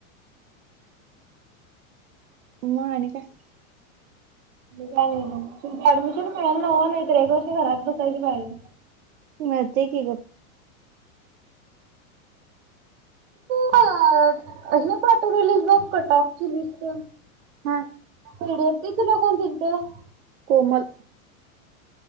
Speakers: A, on the right (about 85°); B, on the right (about 60°).
A: म आणि कायं?
B: ते काय नाही तुमचा ऍडमिशन करायला लावा नाही तर एक वर्ष घरात बसायची पाहिजे.
A: मारते की गप
B: <unintelligible> पार्ट रिलीज बफ कटऑफची लिस्ट
A: हा.
B: पिडिएफ ती तुला कोण दिलंत?
A: कोमल.